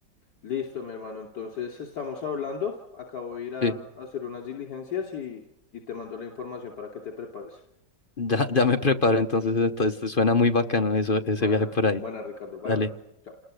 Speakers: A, on the left; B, on the left.
A: Listo, mi hermano. Entonces estamos hablando. Acabo de ir a,
B: Sí,
A: a hacer unas diligencias y, y te mando la información para que te prepares.
B: <laughs> ya, ya me preparo entonces, entonces suena muy bacano eso, ese
A: Buena,
B: viaje por ahí.
A: buena, Ricardo. Bye,
B: Dale.
A: bye. Chao.